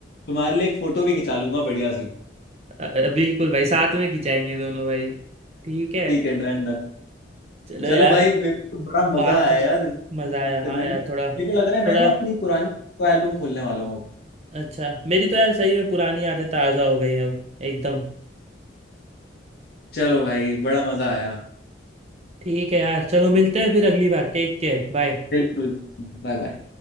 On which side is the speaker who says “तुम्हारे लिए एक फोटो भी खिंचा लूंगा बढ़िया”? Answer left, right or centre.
Left